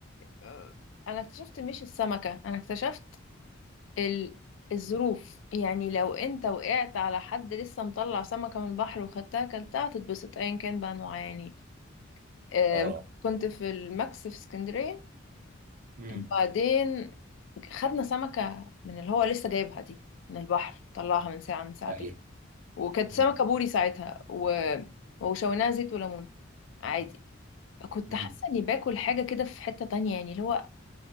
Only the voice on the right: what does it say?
اه
امم
ايوه
امم
امم